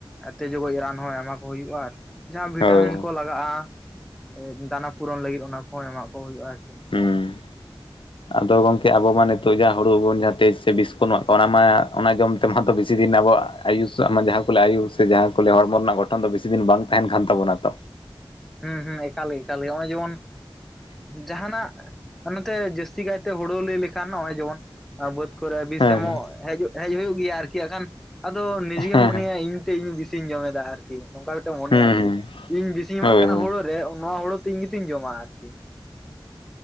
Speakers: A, in the centre; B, on the left (about 75°).
A: ᱛᱮᱡᱳ ᱜᱚᱡ ᱨᱟᱱ ᱦᱚᱸ ᱮᱢᱟ ᱠᱚ ᱦᱩᱭᱩᱜᱼᱟ ᱟᱨ ᱡᱟᱦᱟᱸ ᱵᱷᱤᱴᱟᱢᱤᱱ
B: ᱦᱳᱭ
A: ᱠᱚ ᱞᱟᱜ <unintelligible> ᱮ ᱫᱟᱱᱟ ᱯᱩᱨᱚᱱ ᱞᱟᱹᱜᱤᱫ ᱚᱱᱟ ᱠᱚᱦᱚᱸ ᱮᱢᱟᱜ ᱠᱚ ᱦᱩᱭᱩᱜᱼᱟ ᱟᱨᱠᱤ᱾
B: ᱦᱩᱸ ᱟᱫᱚ ᱜᱚᱝᱠᱮ ᱟᱵᱚ ᱢᱟ ᱱᱤᱛᱚᱜ ᱡᱟᱦᱟ ᱦᱳᱲᱳ ᱵᱚᱱ ᱡᱟᱦᱟᱸ ᱛᱮᱡᱽ ᱥᱮ ᱵᱤᱥ ᱠᱚ ᱵᱚᱱ ᱮᱢᱟᱜ ᱠᱟᱱ ᱚᱱᱟ ᱢᱟ ᱚᱱᱟ ᱡᱚᱢ ᱛᱮᱢᱟᱛᱚ ᱵᱮᱥᱤ ᱫᱤᱱ ᱟᱵᱚᱣᱟᱜ ᱟᱭᱩᱥᱟᱜ ᱢᱟ ᱡᱟᱦᱟᱸ ᱠᱚ ᱞᱮ ᱟᱭᱩ ᱥᱮ ᱡᱟᱦᱟᱸ ᱠᱚ ᱞᱮ ᱦᱚᱲᱢᱚ ᱨᱮᱱᱟᱜ ᱜᱚ ᱛᱚᱠᱷᱟᱱ ᱫᱚ ᱵᱮᱥᱤᱫᱤᱱ ᱵᱟᱝ ᱛᱟᱦᱮᱱ ᱠᱟᱱ ᱛᱟᱵᱚᱱᱟ ᱛᱚ ᱾
A: ᱦᱩᱸ ᱦᱩᱸ ᱮᱠᱟᱞ ᱜᱮ ᱮᱠᱟᱞ ᱜᱮ ᱱᱚᱜᱼᱚᱭ ᱡᱮᱢᱚᱱ ᱡᱟᱦᱟᱱᱟᱜ ᱟᱨ ᱱᱚᱛᱮ ᱡᱟᱹᱥᱛᱤ ᱠᱟᱭᱛᱮ ᱦᱩᱲᱩ ᱞᱟᱹᱭ ᱞᱮᱠᱷᱟᱱ ᱱᱚᱜᱼᱚᱭ ᱡᱮᱢᱚᱱ ᱵᱟᱹᱫ ᱠᱚᱨᱮ ᱵᱤᱥ
B: ᱦᱮᱸ
A: ᱮᱢᱚᱜ ᱦᱤᱡᱩᱜ ᱦᱮᱡ ᱦᱩᱭᱩᱜ ᱜᱮᱭᱟ ᱟᱨᱠᱤ ᱦᱟᱸᱜ ᱠᱷᱟᱱ ᱟᱫᱚ ᱱᱤᱡᱮᱢ
B: ᱦᱮᱸ
A: ᱢᱚᱱᱮᱭᱟ
B: ᱦᱮᱸ
A: ᱤᱧ ᱛᱮ ᱤᱧ ᱵᱤᱥᱤᱧ ᱡᱚᱢᱮᱫᱟ ᱟᱨᱠᱤ᱾ ᱱᱚᱝᱠᱟ ᱞᱮᱛᱮ ᱢᱚᱱᱮᱭᱟ
B: ᱦᱮᱸ
A: ᱡᱮ
B: ᱦᱮᱸ
A: ᱤᱧ ᱵᱤᱥᱤᱧ
B: ᱦᱳᱭ
A: ᱮᱢᱟᱜ ᱠᱟᱱᱟ
B: ᱦᱳᱭ
A: ᱦᱩᱲᱳ ᱨᱮ ᱱᱚᱣᱟ ᱦᱳᱲᱳ ᱛᱚ ᱤᱧ ᱜᱮᱛᱚᱧ ᱡᱚᱢᱟ ᱾ ᱟᱸᱜ